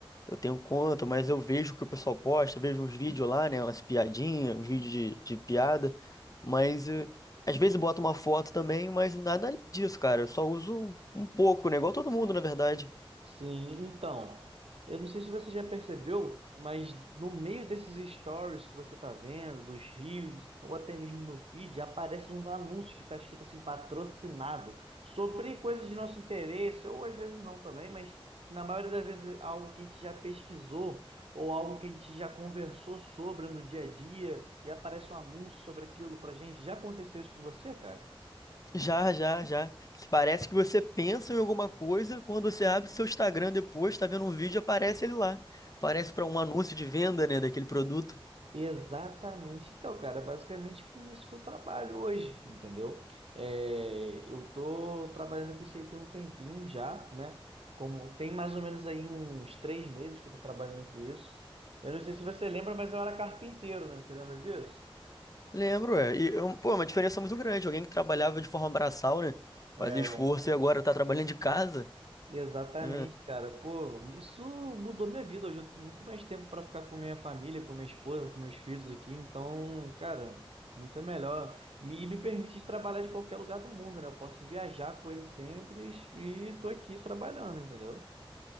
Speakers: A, on the left (about 40°); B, on the right (about 90°).
A: Eu tenho conta, mas eu vejo o que o pessoal posta, vejo uns vídeos lá, né? Umas piadinhas, uns vídeos de, de piada. Mas eh, às vezes boto uma foto também, mas nada além disso, cara. Eu só uso um pouco, né? Igual todo mundo, na verdade.
B: Sim, então, eu não sei se você já percebeu, mas no meio desses stories que você tá vendo, dos reels, ou até mesmo no feed, aparecem uns anúncios que tá escrito assim, patrocinado, sobre coisas de nosso interesse, ou às vezes não também, mas na maioria das vezes é algo que a gente já pesquisou, ou algo que a gente já conversou sobre no dia a dia, e aparece um anúncio sobre aquilo pra gente. Já aconteceu isso com você, cara?
A: Já, já, já. Parece que você pensa em alguma coisa, quando você abre seu Instagram depois, tá vendo um vídeo, aparece ele lá. Parece para um anúncio de venda, né, daquele produto.
B: Exatamente. Então, cara, é basicamente com isso que eu trabalho hoje, entendeu? É, eu tô trabalhando com isso aí tem um tempinho já, né? Como tem mais ou menos aí uns três meses que eu tô trabalhando com isso. Eu não sei se você lembra, mas eu era carpinteiro, né? Você lembra disso?
A: Lembro, é. E, é um- pô, é uma diferença muito grande. Alguém que trabalhava de forma braçal, né?
B: É.
A: Fazia esforço e agora tá trabalhando de casa.
B: Exatamente,
A: É,
B: cara. Pô, isso mudou minha vida. Hoje eu tenho muito mais tempo para ficar com minha família, com minha esposa, com meus filhos aqui. Então, cara, muito melhor. Me- E me permite trabalhar de qualquer lugar do mundo, né? Eu posso viajar com eles sempre e tô aqui trabalhando, entendeu?